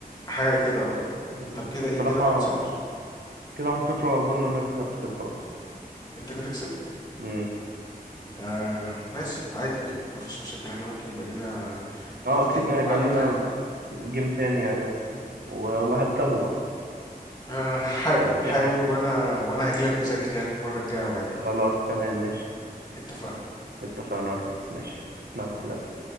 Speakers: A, on the left; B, on the right.
A: حاجه كده اه
B: مم.
A: طب كده
B: بصراحه
A: ايه كده 1-0
B: كده واحد صفر اظن ان انا كسبت كده خلاص
A: انت كده كسبت
B: مم.
A: آه ماشي عادي يعني مفيش مشاكل احنا ممكن يبقى لينا دور
B: اه اكيد
A: تاني
B: هيبقى
A: وقعده
B: لنا
A: تانية
B: جيم تاني يعني و- وهكسبه برضه
A: آه حاول حاول
B: <laughs>
A: وانا وانا هجيلك مذاكر يعني المره الجايه وعدك
B: خلاص تمام ماشي
A: اتفقنا
B: اتفقنا يا ريس. ماشي مع السلامه